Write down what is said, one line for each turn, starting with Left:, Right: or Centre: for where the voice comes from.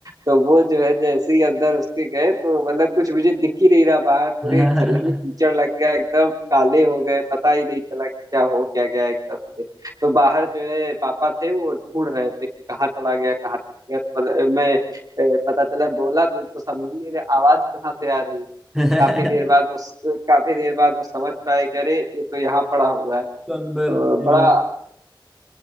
Right: तो वो जो है जैसे ही अंदर उसके गए तो मतलब कुछ मुझे दिख ही नहीं रहा बाहर पूरे
Centre: <laughs> हाँ
Right: शरीर में कीचड़ लग गया एकदम काले हो गए पता ही नहीं चला कि क्या हो क्या गया एकदम से तो बाहर जो है पापा थे वो ढूंढ रहे थे कि कहाँ चला गया कहाँ चला गया तो पता, मैं अ, पता चला बोला तो उनको समझ मेरे आवाज कहाँ से आ रही है
Centre: <laughs>
Right: काफी देर बाद उस काफी देर बाद वो समझ पाए कि अरे ये तो यहाँ पड़ा हुआ है
Centre: अंदर
Right: तो
Centre: नहीं
Right: बड़ा